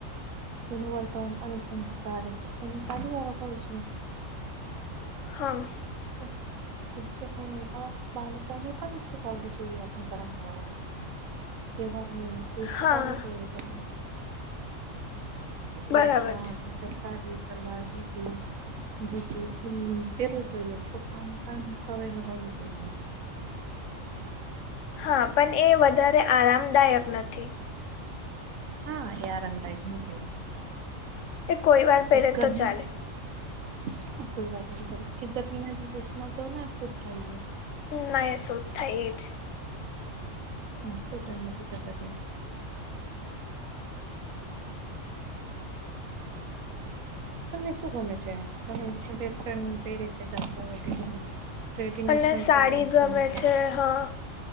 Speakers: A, on the right; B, on the left.
A: તેનું વર્તન અને સંસ્કાર જ એની સારી ઓળખ હોય છે.
B: હા
A: હમ <inaudible> શિક્ષકોને બાળકોને પણ શીખાવવું જોઈએ આપની પરંપરાને કેવા હોય દૂષ
B: હા
A: પાાવું જોઈએ તને વસ્ટવાનું
B: બરાબર છે
A: સાારી સલવાર ધૂતી ધૂતી તેવું જોઈએ છોકરામાં પણ સવાય લગાવું જોઈએ.
B: હા પણ એ વધારે આરામદાયક નથી.
A: હા એ આરામદાયક નથી
B: એ કોઈ વાર
A: કો
B: પહેરે
A: ગરમી
B: તો ચાલે
A: હા કોઈ વાત નથી ગરમી ના દિવસમાં તો ના સુ થાયએ
B: ના એસો થાઇ એજ
A: હા સુંટ નથી થખ તે તમને શું ગમે છે તમે વસ્ટન પહેરે છે જતા હોય ટ્રેડીનેશનલ
B: અને સાડી
A: પ્રતો
B: ગમે
A: સા
B: છે હા